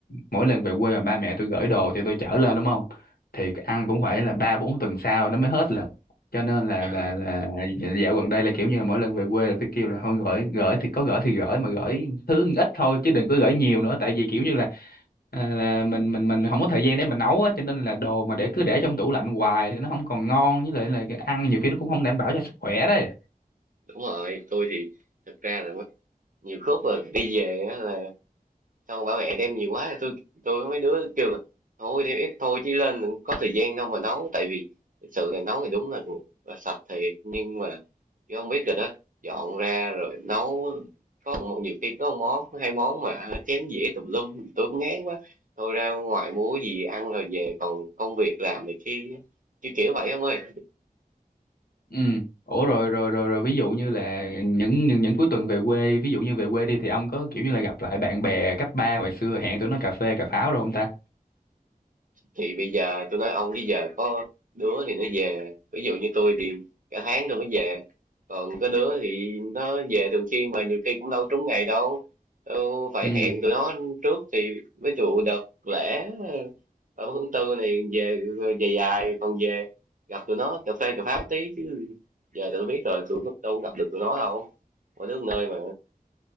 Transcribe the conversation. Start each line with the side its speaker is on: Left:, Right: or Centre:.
Left: mỗi lần về quê mà ba mẹ tôi gửi đồ thì tôi chở lên đúng không thì ăn cũng phải là ba bốn tuần sau nó mới hết lần cho nên là
Right: à,
Left: là là dạo gần đây là kiểu như là mỗi lần về quê là tôi kêu là thôi gửi gửi thì có gửi thì gửi mà gửi thứ ít thôi chứ đừng có gửi nhiều nữa tại vì kiểu như là à, là mình mình mình không có thời gian để mình nấu á cho nên là đồ mà để cứ để trong tủ lạnh hoài thì nó không còn ngon với lại là cái ăn nhiều khi nó cũng không đảm bảo cho sức khỏe đấy
Right: đúng rồi tôi thì thực ra là mấy- nhiều khúc rồi đi về á là xong bảo mẹ đem nhiều quá tôi tôi với mấy đứa kêu là thôi đem ít thôi chứ lên đừng có thời gian đâu mà nấu tại vì thực sự là nấu thì đúng là, là sạch thiệt nhưng mà chứ không biết rồi đó dọn ra rồi nấu có một, nhiều khi có một món hai món mà chén dĩa tùm lum tôi cũng ngán quá thôi ra ngoài mua cái gì ăn rồi về còn công việc làm này kia chứ kiểu vậy ông ơi
Left: ừ ủa rồi rồi rồi rồi ví dụ như là những những, những cuối tuần về quê ví dụ như về quê đi thì ông có kiểu như là gặp lại bạn bè cấp ba hồi xưa hẹn tụi nó cà phê cà pháo rồi không ta
Right: thì bây giờ tôi nói ông chứ giờ có đứa thì nó về ví dụ như tôi thì cả tháng tôi mới về còn có đứa thì nó về thường xuyên mà nhiều khi cũng đâu trúng ngày đâu đâu phải
Left: ừ
Right: hẹn tụi nó trước thì ví dụ đợt lễ ba mươi tháng tư này về dài dài còn về gặp tụi nó cà phê cà pháo tí chứ giờ tụi tôi biết rồi tụi nó đâu có gặp được tụi nó đâu mỗi đứa một nơi mà